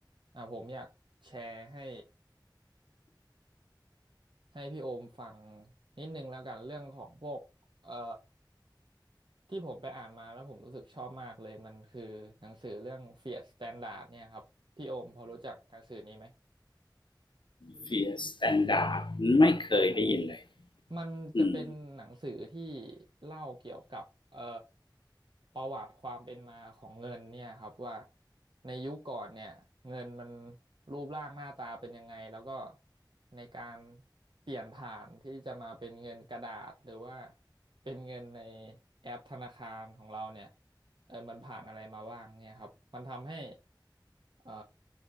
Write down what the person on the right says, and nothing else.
อ่าผมอยากแชร์ให้ให้พี่โอมฟังนิดนึงแล้วกันเรื่องของพวกเอ่อที่ผมไปอ่านมาแล้วผมรู้สึกชอบมากเลยมันคือหนังสือเรื่อง Fiat Standard เนี่ยครับพี่โอมพอรู้จักหนังสือนี้ไหม
ใช่ครับ มันจะเป็นหนังสือที่
เล่าเกี่ยวกับเอ่อประวัติความเป็นมาของเงินเนี่ยครับว่าในยุคก่อนเนี่ยเงินมันรูปร่างหน้าตาเป็นยังไงแล้วก็ในการเปลี่ยนผ่านที่จะมาเป็นเงินกระดาษหรือว่าเป็นเงินในแอปธนาคารของเราเนี่ย เออมันผ่านอะไรมาบ้างเนี่ยครับ มันทำให้เอ่อ